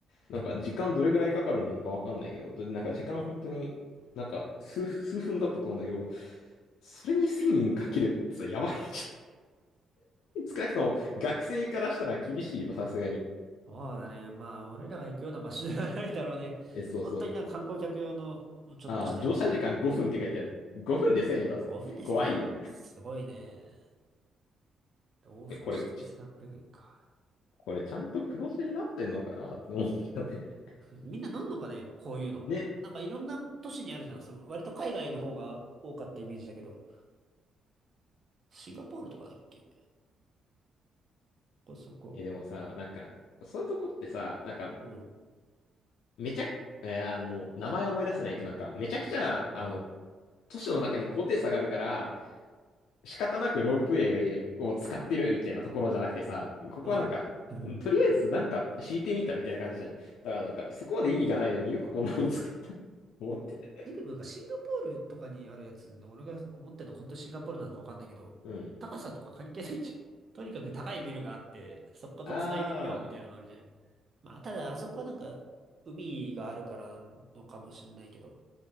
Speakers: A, on the left; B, on the right.
A: なんか時間どれぐらいかかるのかわかんないけど、でなんか時間本当に、なんか数、数分だったと思うんだけど、それに1000円かけるってさ、やばいじゃん。<laughs> 少なくとも学生からしたら厳しいよ、さすがに。
B: そうだね。まあ、俺らが行くような場所じゃないだろうね。
A: え、そうそう。
B: 本当になんか観光客用の、もうちょっとしたやつだろ。
A: ああ、乗車時間5分って書いてある。5分で1000円だぜ。
B: 5分で1000円。
A: 怖いよ。
B: すごいね。で往復して1800円か。
A: え、これ、ちゃこれちゃんと黒字になってんのかなって思ったね。<laughs>
B: みんな飲んのかねこういうの。
A: ね。
B: なんかいろんな都市にあるじゃん。その、割と海外の方が多かったイメージだけど。シンガポールとかだっけここそこ。
A: え、でもさ、なんか、そういうとこってさ、なんか、
B: うん。
A: めちゃ、えーあの、名前思い出せないけど、なんか、めちゃくちゃ、あの、都市の中に高低差があるから、仕方なくロープウェイを使ってるみたいなところじゃなくてさ、ここはなんか、
B: うん。<laughs>
A: とりあえずなんか敷いてみたみたいな感じじゃん。だからなんか、そこまで意義がないのによくこんなの作ったと思って。
B: え、でもなんかシンガポールとかにあるやつの、俺が思ってるの本当シンガポールなのかわかんないけど、
A: うん。
B: 高さとか関係ないじゃん。<laughs> とにかく高いビルがあって、そこと繋いでみようみたいなのがあるじゃん。
A: ああ、
B: まあ、ただあそこはなんか、海があるからなのかもしんないけど、